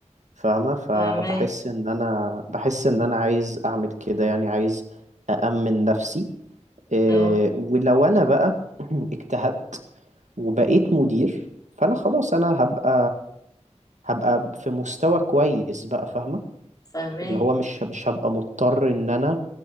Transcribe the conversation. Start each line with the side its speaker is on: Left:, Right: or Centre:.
Right: فاهمة فبحس
Left: فاهماه
Right: ان انا بحس ان انا عايز اعمل كده يعني عايز أأمن نفسي إيه،
Left: اه
Right: ولو انا بقى <clears throat> اجتهدت وبقيت مدير فانا خلاص انا هبقى هبقى في مستوى كويس بقى فاهمة
Left: فاهماه
Right: اللي هو مش مش هبقى مضطر ان انا